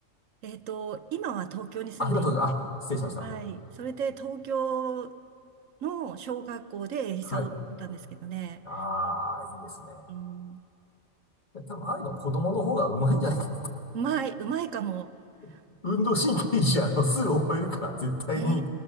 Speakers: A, on the right; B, on the left.
A: えっと、今は東京に住んでいて、
B: あ、今当然、あ、失礼しました。
A: はい、それで東京の小学校でエイサーを踊ってたんですけどね。
B: はい。ああ、いいですね。
A: うん、
B: で多分、ああいうの子供の方がうまいんじゃないか。
A: うまい、うまいかも。
B: <laughs> 運動神経いいし、
A: うん、
B: あの、すぐ覚えるから、絶対に
A: ね